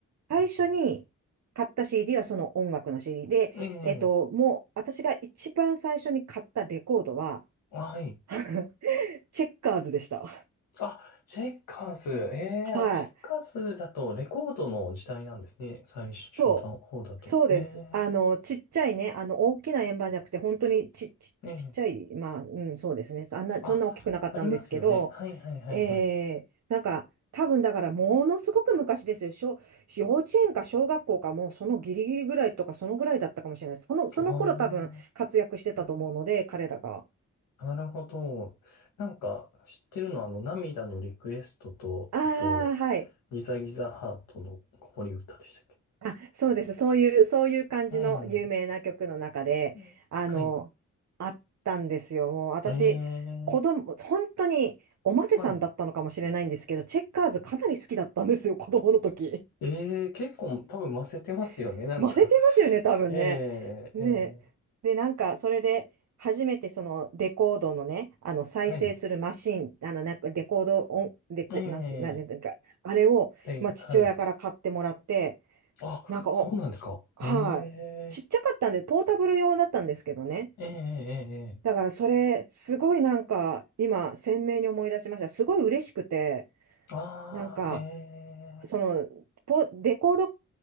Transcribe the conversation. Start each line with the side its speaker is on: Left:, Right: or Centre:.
Right: 最初に買った CD はその音楽の CD で、
Left: ええ、ええ。
Right: えっと、もう、私が一番最初に買ったレコードは、
Left: はい。
Right: <laughs> チェッカーズでした。
Left: あ、チェッカーズ。ええ、あ、
Right: はい。
Left: チェッカーズだとレコードの時代なんですね。最初の方だと。
Right: そう。そうです。
Left: へえ、
Right: あの、ちっちゃいね、あの、大きな円盤じゃなくて、本当にち、ち、
Left: ええ。
Right: ちっちゃい、まあ、うん、そうですね。あんな、
Left: あ、
Right: そんな大きくなかったんですけど、
Left: ありますよね。はいはいはいはい。
Right: えー、なんか、多分だから、ものすごく昔ですよ。小、幼稚園か小学校か、もうそのギリギリぐらいとか、そのぐらいだったかもしれないです。この、その頃多分活躍してたと思うので、
Left: ああ。
Right: 彼らが。
Left: なるほど。なんか、知ってるのは、あの、涙のリクエストと、
Right: ああ、
Left: あと、
Right: はい。
Left: ギザギザハートの子守歌でしたっけ
Right: あ、そうです。そういう、そういう感じの有名な曲の中で、
Left: ええ、うんはい。
Right: あの、あったんですよ。もう私、
Left: ええ、
Right: 子供、本当に、おませさんだったのかもしれないんですけど、
Left: はい。
Right: チェッカーズかなり好きだったんですよ、子供の時。
Left: ええ、結構多分混ぜてますよね、
Right: <laughs>
Left: なんか。
Right: ませてますよね、
Left: <laughs>
Right: 多分ね。
Left: ええ、
Right: ねえ。
Left: え
Right: で、なんか、それで、初めてそのレコードのね、あの再生するマシン、
Left: え、はい。
Right: あのなんかレコード音、レコ、
Left: え
Right: なんて、なんて、
Left: え、
Right: なんか、あれを、
Left: プレイ、
Right: まあ、
Left: はい。
Right: 父親から買ってもらって、
Left: あ、
Right: なんか、
Left: そうなんですか。
Right: おはい。
Left: ええ、
Right: ちっちゃかったんで、ポータブル用だったんですけどね。
Left: ええ、ええ、ええ
Right: だからそれ、すごいなんか、今、鮮明に思い出しました。すごい嬉しくて、
Left: ああ、
Right: なんか、
Left: え
Right: その、ポ、レコード